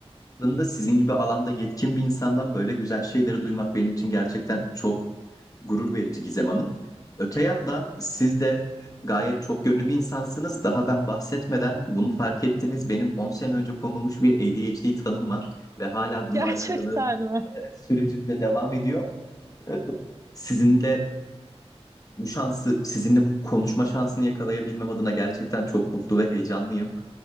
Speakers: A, on the left; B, on the right.
A: Aslında sizin gibi alanda yetkin bir insandan böyle güzel şeyleri duymak benim için gerçekten çok gurur verici Gizem Hanım. Öte yandan siz de gayet çok yönlü bir insansınız. Daha ben bahsetmeden bunu fark ettiniz. Benim 10 sene önce konulmuş bir ADHD tanım var ve hala
B: <laughs> Gerçekten
A: bununla alakalı
B: mi?
A: sürecimde devam ediyor. E, Sizin de Bu şansı sizinle bu konuşma şansını yakalayabilmem adına gerçekten çok mutlu ve heyecanlıyım.